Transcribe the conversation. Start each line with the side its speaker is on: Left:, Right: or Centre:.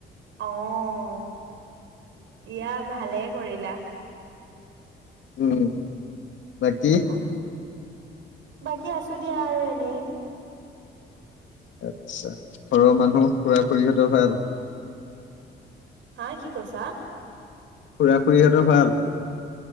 Right: অ', দিয়া। ভালে কৰিলা।
Left: উম। বাইতি।
Right: অ বাকী আছো দিয়া আৰু এনেই।
Left: আতছা ঘৰৰ মানুহ খুৰা খুৰীহঁতৰ ভাল?
Right: হা কি কৈছা?
Left: খুৰা খুৰীহঁতৰ ভাল?